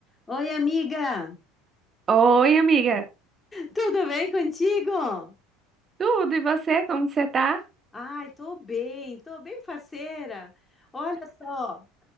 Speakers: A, on the left; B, on the right.
A: Oi, amiga!
B: Oi, amiga.
A: Tudo bem contigo?
B: Tudo, e você? Como você tá?
A: Ai, tô bem, tô bem faceira. Olha só,